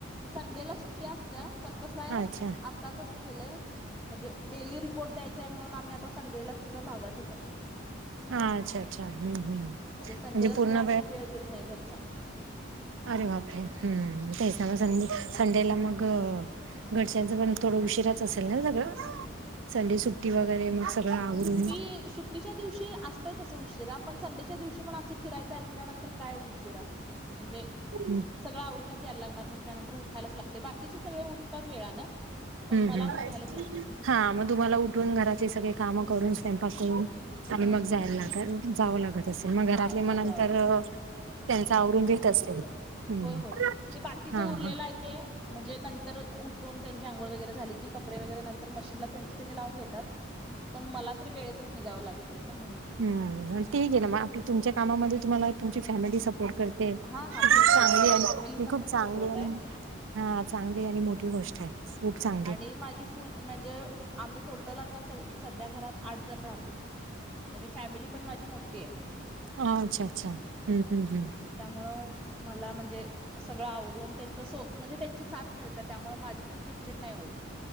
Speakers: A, in the centre; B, on the right.
A: संडे ला सुट्टी असते पण कस आहे
B: अच्छा
A: आता कस केलय म्हणजे डेली रिपोर्ट द्यायचाय म्हणून आता आम्ही संडेला सुध्दा भागातच आहे,
B: हा अच्छा अच्छा हम्म
A: म्हणजे
B: हम्म म्हणजे
A: संडेला
B: पूर्ण
A: सुद्धा आम्ही वेळ देत नाही घरचांना
B: अरे बापरे हम्म तेच ना संडे संडेला मग घरच्यांच पण थोडं उशीराच असेल ना सगळं संडे सुट्टी वगैरे मग सगळं आवरून
A: सुट्टी सुट्टीच्या दिवशी असतय असं उशिरा पण, संडेच्या दिवशी पण अस फिरायचाय म्हटल्यानंतर काय उशिरा म्हणजे
B: हम्म
A: सगळं आवरूनच यायला लागणार म्हटल्यानंतर उ उठायलाच लागतय, बाकीचे सगळे उठतात वेळानं पण,
B: हम्म
A: मला
B: हम्म.
A: उठायलाच लागतय लवकर.
B: हा मग तुम्हाला उठून घराचे सगळे कामं करून स्वयंपाक करून आणि
A: हम्म.
B: मग जायला लाग, जावं लागत असेल मग
A: हा
B: घरातली मग
A: सगळं
B: नंतर
A: आवरून
B: त्यांच आवरून घेत असतील. हम्म
A: हो होय, ते बाकीच
B: हां,
A: उरलेलं
B: हां.
A: आहे ते म्हणजे नंतर उ ठुन त्यांची आंघोळ वगैरे झाली की, कपडे वगैरे नंतर मशीनला त्यांच तेनी लावून घेतात, पण मला तरी वेळेत निघावं लागतय ना म्हणून.
B: हम्म, ठीक आहे ना मग आपली तुमच्या कामा तुम्हाला तुमची फॅमिलीच सपोर्ट करते, ती
A: हा हा भरपूर
B: खूप चांगली
A: माझ्या फॅमिलीचा
B: ही खूप चांगली
A: सपोर्ट
B: आणि
A: आहे.
B: हा चांगली आणि मोठी गोष्ट आहे. खूप चांगली.
A: आणि माझी फुल म्हणजे आम्ही टोटल आता सध्या घरात आठ जण राहतोय. म्हणजे फॅमिली पण माझी मोठी आहे.
B: अ अच्छा अच्छा. हं, हं, हं.
A: त्यामुळं मला म्हणजे सगळं आवरून त्यांच सो म्हणजे त्यांची साथ मिळत्या, त्यामुळे माझी पण चिडचिड नाही होत.